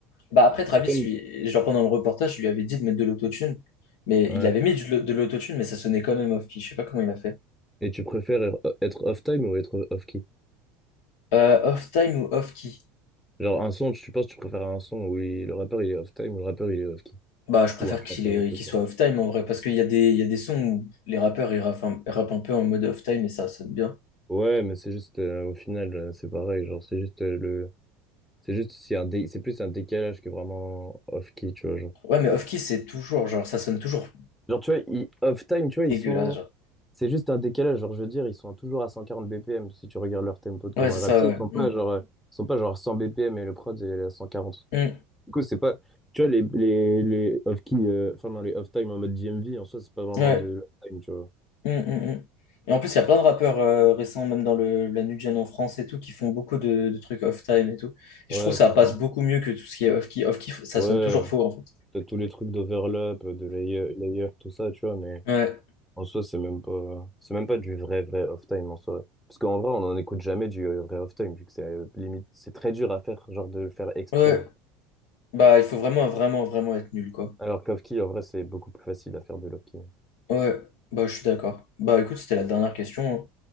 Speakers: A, on the left; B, in the centre.
A: bah après Travis
B: C'est comme,
A: lui genre pendant le reportage je lui avais dit de mettre de l'autotune mais
B: ouais.
A: il avait mis du- de l'autotune mais ça sonnait quand même off key je sais pas comment il a fait
B: Et tu préfères er- euh, être off-time ou être euh, off-key?
A: euh, off time ou off key
B: Genre, un son, tu penses, tu préfères un son où il- le rappeur, il est off-time ou le rappeur, il est off-key?
A: bah je préfère
B: Ou un
A: qu'il
B: chanteur,
A: ait-
B: ou autre
A: qu'il
B: chose?
A: soit off time en vrai parce qu'il y a des il y a des sons où les rappeurs ils rappent, un- ils rappent un peu en mode off time et ça sonne bien
B: Ouais, mais c'est juste, euh, au final, euh, c'est pareil, genre, c'est juste euh, le... C'est juste, c'est un dé- c'est plus un décalage que vraiment off-key, tu vois, genre.
A: ouais mais off key c'est toujours genre ça sonne toujours
B: Genre, tu vois, ils- off-time, tu vois,
A: dégueulasse
B: ils sont...
A: genre
B: C'est juste un décalage, genre, je veux dire, ils sont toujours à 140 BPM, si tu regardes leur tempo de comment
A: ouais c'est
B: ils
A: ça
B: rappent. Tu
A: ouais
B: sais, ils sont pas,
A: Mm.
B: genre, euh, ils sont pas, genre, 100 BPM et le prod, il est à 140.
A: Mm.
B: Du coup, c'est pas... Tu vois, les, les, les off-key, euh, enfin, non, les off-time en mode DMV, en soi, c'est pas vraiment
A: ouais
B: de l'off-time, tu vois.
A: Mm, mm, mm. Et en plus, il y a plein de rappeurs euh, récents, même dans le, la new gen en France et tout, qui font beaucoup de, de trucs off-time et tout. Et
B: Ouais,
A: je trouve que ça
B: c'est
A: passe
B: ça.
A: beaucoup mieux que tout ce qui est off-key. Off-key, ça
B: Ouais,
A: sonne toujours faux, en fait.
B: t'as tous les trucs d'overlap, de layer, layer, tout ça, tu vois, mais...
A: Ouais,
B: En soi, c'est même pas, c'est même pas du vrai, vrai off-time en soi. Parce qu'en vrai, on n'en écoute jamais du euh, vrai off-time, vu que c'est euh, limite, c'est très dur à faire, genre de le faire exprès,
A: ouais.
B: genre.
A: Bah, il faut vraiment, vraiment, vraiment être nul, quoi.
B: Alors qu'off-key, en vrai, c'est beaucoup plus facile à faire de l'off-key.
A: Ouais, bah, je suis d'accord. Bah, écoute, c'était la dernière question. hein.